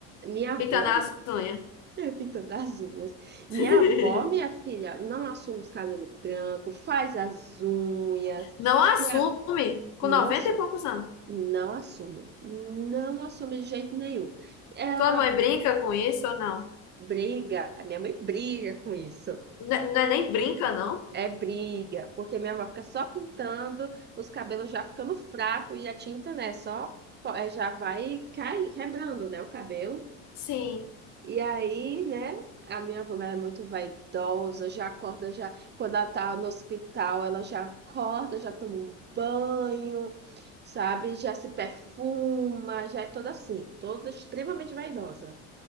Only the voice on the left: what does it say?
pintando as unhas.
<laughs>
Não assume
com
90
e poucos anos.
Tua mãe brinca com isso ou não?
N- Não é nem brinca, não?
Sim.